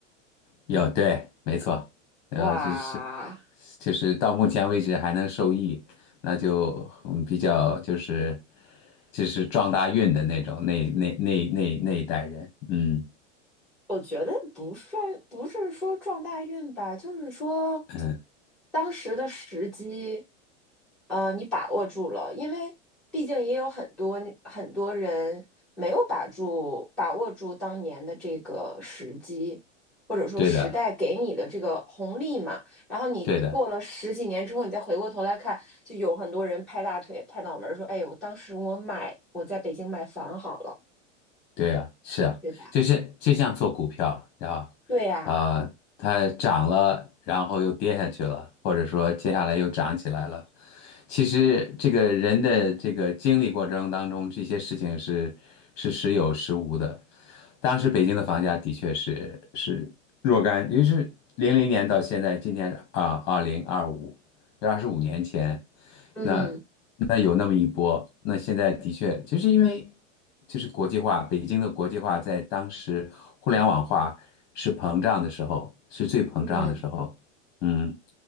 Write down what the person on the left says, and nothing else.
有，对，没错，呃，
就是就是到目前为止还能受益，那就嗯比较就是就是撞大运的那种那那那那那一代人，嗯
嗯，
对的，
对的，
对啊，是啊，
就是就像做股票，然后
啊，它涨了，然后又跌下去了，或者说接下来又涨起来了，其实这个人的这个经历过程当中，这些事情是是时有时无的。当时北京的房价的确是是若干，因为是零零年到现在，今年啊二零二五，二十五年前，
那那有那么一波。那现在的确就是因为就是国际化，北京的国际化在当时互联网化是膨胀的时候，是最膨胀的时候，
嗯。